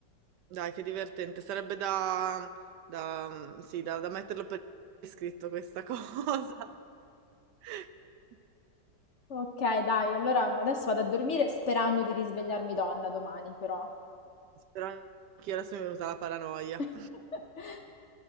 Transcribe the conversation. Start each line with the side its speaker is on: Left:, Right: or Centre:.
Right: Dai, che divertente, sarebbe da, da, sì, da, da metterlo per iscritto questa cosa. <laughs>
Left: Okay, dai, allora adesso vado a dormire sperando di risvegliarmi donna domani però.
Right: Spero anche io adesso mi è venuta la paranoia.
Left: <laughs>